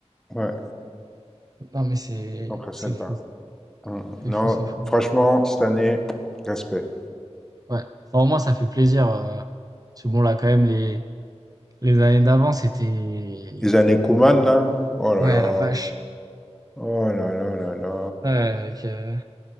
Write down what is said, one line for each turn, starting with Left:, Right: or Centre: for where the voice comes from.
Centre: Ouais,
Right: non mais c'est
Centre: c'est contre Celta.
Right: c'est fou,
Centre: Hmm, hmm.
Right: c'est
Centre: Non,
Right: fou, c'est fou.
Centre: franchement, cette année, respect.
Right: Ouais. Bah, au moins ça fait plaisir, heu, parce que bon là quand même les les années d'avant c'était
Centre: Les années Koeman là. Oh là
Right: ouais
Centre: là.
Right: la vache!
Centre: Oh là là là là.
Right: Ouais, avec, heu